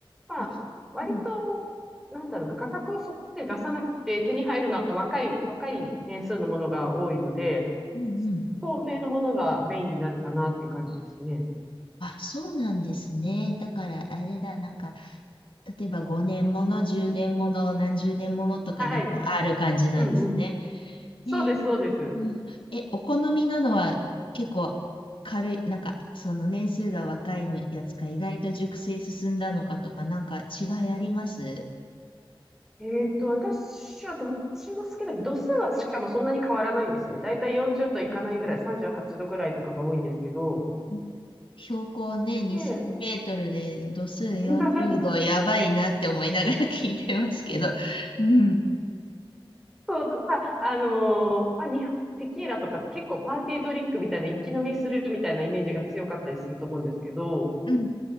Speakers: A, in the centre; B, on the left.
A: まあ、
B: あ、
A: 割と、
B: うん、
A: なんだろうな、価格をそって出さなくて手に入るのは若い、若い年数のものが多いので、
B: うんうん。
A: 透明のものがメインになるかなっていう感じですね。
B: あ、そうなんですね。だから、あれだ、なんか、例えば5年もの、10年もの、何十年ものとかなんかある感じなんですね。
A: はい。うんうん。そうです、
B: ねえ、
A: そうです。
B: うん。え、お好みなのは結構軽い、なんか、その年数が若いのやつか、意外と熟成進んだのかとか、なんか違いあります
A: えーっと、私はどっちも好きだけど、度数はしかもそんなに変わらないんですね。だいたい40度いかないぐらい、38度ぐらいとかが多いんですけど、
B: うん標高ね、2000メートルで度数40度、
A: で、<laughs>
B: やばいなって思いながら聞いてますけど。うん。
A: そう、とか、あのーまあ、日本テキーラとかって結構パーティードリンクみたいな一気飲みするみたいなイメージが強かったりすると思うんですけど、
B: うん。